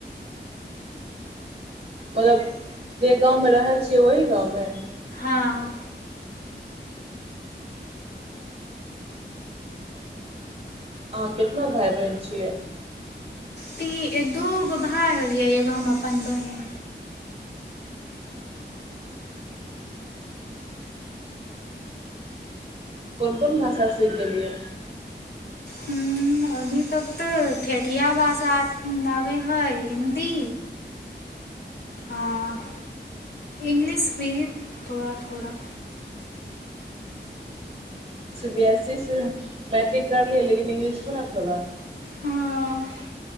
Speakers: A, on the right; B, on the left.
A: मतलब जे गाँवमे रहै छियै ओही गाँवमे
B: हँ
A: अहाँ कितना भााय बहिन छियै
B: ती दू गो भााय होलियै एगो हम अपन बहीन
A: कोन कोन भाषा सीख गेलियै
B: ह अभी तक तऽ ठेठिया भाषा नाबै हइ हिन्दी हँ इंगलिश भ थोड़ा थोड़ा
A: सी बी एस ई से मैट्रिक करलियै लेकिन इंग्लिश को ने थोड़ा
B: हँ